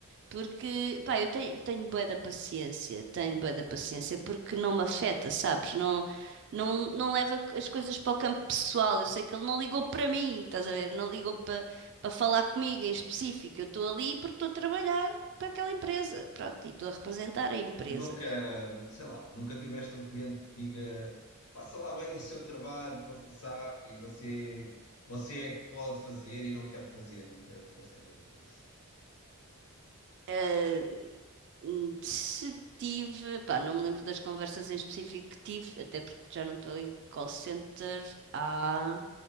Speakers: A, on the right (about 50°); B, on the left (about 80°).
A: Porque, pá, eu tenho, tenho bué da paciência, tenho bué da paciência, porque não me afeta, sabes? Não, não, não leva as coisas para o campo pessoal. Eu sei que ele não ligou para mim, estás a ver? Não ligou para para falar comigo em específico. Eu estou ali porque estou a trabalhar para aquela empresa, pronto, e estou a representar a empresa.
B: nunca, sei lá, nunca tiveste um cliente que diga: faça lá bem o seu trabalho, que você sabe, e você, você é que pode fazer e não quer fazer. Nunca tiveste ninguém a dizer isso.
A: Ah, hum, se tive, pá, não me lembro das conversas em específico que tive, até porque já não estou em call center há